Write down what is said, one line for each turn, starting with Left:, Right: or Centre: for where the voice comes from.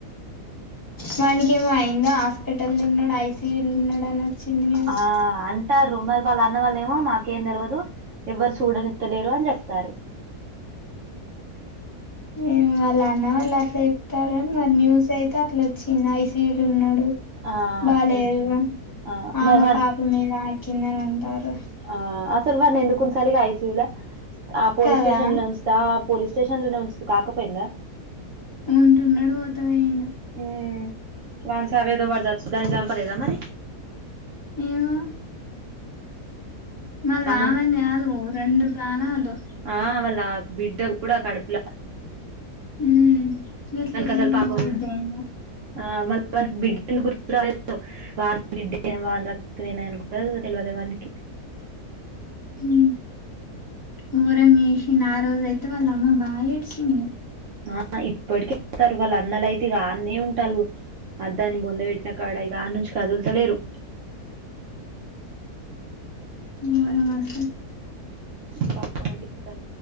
Left: వానికి ఏమో అయిందో హాస్పిటల్ ఉన్నాడు ఐసియూలు ఉన్నాడు అని వచ్చింది న్యూస్
Right: ఆ అంటా రుమర్ వాళ్ళ అన్న వాళ్ళ ఏమో మాకేం తెలవదు ఎవ్వరు చూడనిత్తలేరు అని చెప్తారు.
Left: ఎం వాళ్ళ అన్న వాళ్ళు అట్లా చెప్తారుగాని ఆ న్యూస్ అయితే అట్లచ్చి నీన్న ఐసీయులో ఉన్నడు.
Right: ఆ
Left: బాలేదు
Right: అట్లనే ఉంచండి ఆ
Left: ఆమే
Right: మరి వాన్
Left: పాప మీద <unintelligible> కిందనుంటారు
Right: ఆ అసలు వాడ్ని ఎందుకుంచాలిగ ఐసీయు లో ఆ పోలీస్
Left: కదా
Right: స్టేషన్ లో ఉంచుతా పోలీస్ స్టేషన్ లోనే ఉంచుతే కాకపోయిందా
Left: ఉంటున్నాడు వొత్తవేయుండు
Right: ఉమ్ వాన్ సావేదో వాడ్ సచ్చ్ దాన్ని చంపలేదా మరి
Left: ఏమో మళ్ళ
Right: అమ్మో
Left: ఆమెన్ కాదు రెండు ప్రాణలు
Right: ఆ వాళ్ళ బిడ్డ కూడా కడపులా
Left: ఊ ఎట్ల ఎట్ల
Right: అసలు
Left: సంప
Right: పాపం
Left: బుద్ధి అయ్యిందో
Right: ఆ మల్ల వానికి బిడ్డ ఎందుకు గుర్తు రాలేదో వానీ బిడ్డే వానీ రక్తమేనని కూడా తెలవలే వానికి
Left: హూ గోరంచేసిన ఆరోజయితే వాళ్ళ అమ్మ బాగా ఏడ్చింది.
Right: ఆ ఇప్పటికి అత్తరు వాళ్ళ అన్నలయితే ఇగ ఆన్నే ఉంటలు అ దాన్ని బొంద పెట్టిన కాడ ఇక ఆడ్ నుంచి కదుల్తలేరు
Left: గోరం అస
Right: త